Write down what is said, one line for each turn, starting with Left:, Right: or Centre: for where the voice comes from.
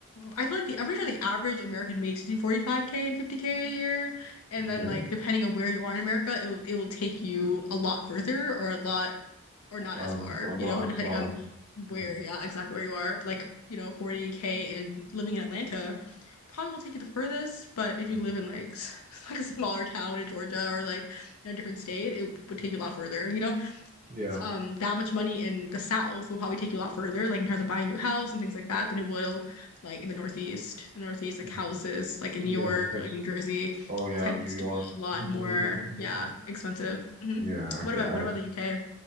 Left: I feel like the I'm pretty sure the average American makes between 45k and 50k a year, and
Right: okay.
Left: then like depending on where you are in America, it it will take you a lot further or a lot or not
Right: Um,
Left: as far,
Right: or not
Left: you know,
Right: as
Left: depending
Right: far.
Left: on where,
Right: Hmm.
Left: yeah, exactly where you are. Like, you know, 40K and living in Atlanta probably won't take you the furthest, but if
Right: Hmm.
Left: you live in like s- <laughs> like a smaller town in Georgia or like in a different state, it would take you a lot further, you know?
Right: Yeah.
Left: S- Um, that much money in the South will probably take you a lot further, like in terms of buying a new house and things like that, than it will like in the Northeast. The Northeast, like
Right: Hmm.
Left: houses like in
Right: Yeah,
Left: New York
Right: of course.
Left: or like New Jersey
Right: Oh yeah,
Left: tends
Right: New York.
Left: to be a lot
Right: <laughs>
Left: more, yeah, expensive. hmm
Right: Yeah, okay.
Left: What about
Right: I,
Left: what about the UK?